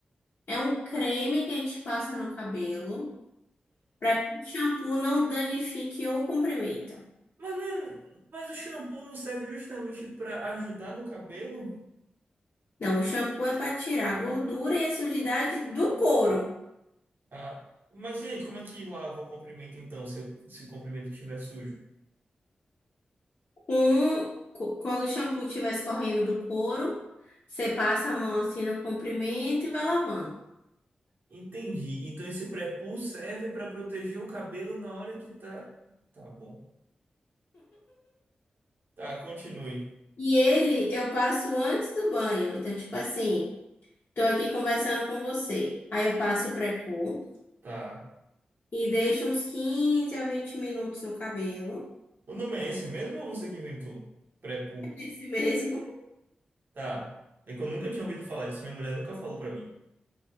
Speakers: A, on the left; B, on the right.
A: É um creme que a gente passa no cabelo para que o shampoo não danifique ou comprometa.
B: Mas, não- é, mas o shampoo não serve justamente para ajudar no cabelo?
A: Não, o shampoo é para tirar a gordura e a sujidade do couro.
B: Ah, mas e aí, como é que lava o comprimento então, se, eu- se o comprimento estiver sujo?
A: Com, cu- quando o shampoo estiver escorrendo do couro, você passa a mão assim no comprimento e vai lavando.
B: Entendi. Então esse pré-poo serve para proteger o cabelo na hora que tá. Tá bom. Tá, continue.
A: E ele eu passo antes do banho. Então, tipo assim, tô aqui conversando com você. Aí eu passo o pré-poo
B: Tá.
A: e deixo uns 15 a 20 minutos no cabelo.
B: O nome é esse mesmo ou você que inventou? Pré-poo.
A: <laughs> É Esse mesmo. <laughs>
B: Tá. É que eu nunca tinha ouvido falar disso, minha mulher nunca falou para mim.